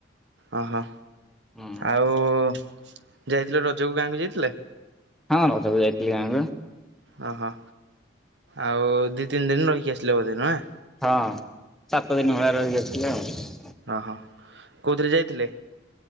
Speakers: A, on the right; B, in the centre.
A: ଅ ହ,
B: ହୁଁ
A: ଆଉ ଯାଇଥିଲେ ରଜକୁ ଗାଁକୁ ଯାଇଥିଲେ?
B: ହଁ ରଜକୁୁ ଯାଇଥିଲି ଗାଁକୁ।
A: ଅ ହ ଆଉ ଦି ତିନି ଦିନ ରହିକି ଆସିଲେ ବୋଧେ ନୁହେଁ!
B: ହଁ ସାତ ଦିନ ଭଳିଆ ରହିକି ଆସିଥିଲି ଆଉ।
A: ଅ ହ, କୋଉଥିରେ ଯାଇଥିଲେ?